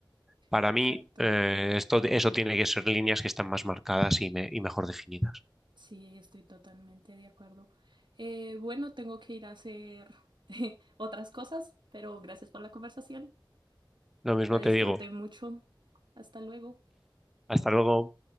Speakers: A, in the centre; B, on the right.
A: Para
B: exacto.
A: mí, eh, esto, eso tiene que ser líneas que están más marcadas y, me- y mejor definidas.
B: Sí, estoy totalmente de acuerdo. Eh, bueno, tengo que ir a hacer <laughs> otras cosas, pero gracias por la conversación.
A: Lo mismo
B: La disfruté
A: te digo,
B: mucho. Hasta luego.
A: hasta luego.